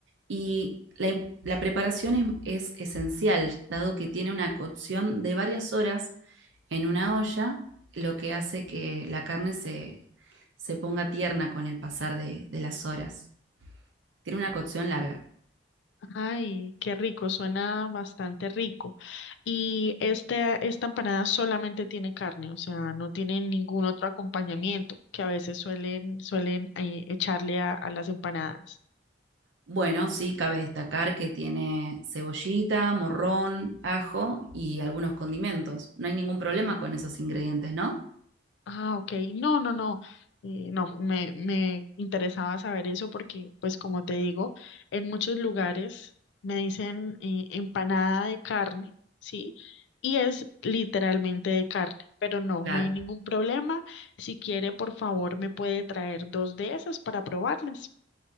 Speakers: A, on the right; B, on the left.
A: y la, im- la preparación es, es esencial, dado que tiene una cocción de varias horas en una olla, lo que hace que la carne se, se ponga tierna con el pasar de de las horas. Tiene una cocción larga.
B: Ay, qué rico, suena bastante rico. Y este, esta empanada solamente tiene carne, o sea, no tiene ningún otro acompañamiento que a veces suelen, suelen eh, echarle a, a las empanadas.
A: Bueno, sí, cabe destacar que tiene cebollita, morrón, ajo y algunos condimentos. No hay ningún problema con esos ingredientes, ¿no?
B: Ah, ok. No, no, no. Eh, no, me, me interesaba saber eso porque, pues como te digo, en muchos lugares me dicen eh, empanada de carne, ¿sí? Y es literalmente de carne, pero no,
A: Claro.
B: no hay ningún problema. Si quiere, por favor, me puede traer dos de esas para probarlas.